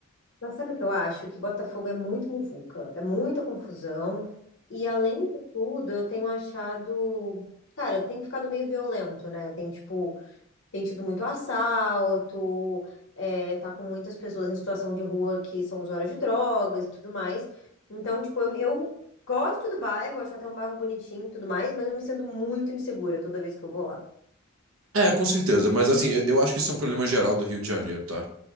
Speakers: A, on the left; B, on the right.
A: Mas sabe o que eu acho? Que Botafogo é muito muvuca, é muita confusão. E além de tudo, eu tenho achado. Cara, tem ficado meio violento, né? Tem, tipo, tem tido muito assalto, é, tá com muitas pessoas em situação de rua que são usuárias de drogas e tudo mais. Então, tipo, eu, eu gosto do bairro, acho até um bairro bonitinho e tudo mais, mas eu me sinto muito insegura toda vez que eu vou lá.
B: É, com certeza, mas assim, eu eu acho que isso é um problema geral do Rio de Janeiro, tá?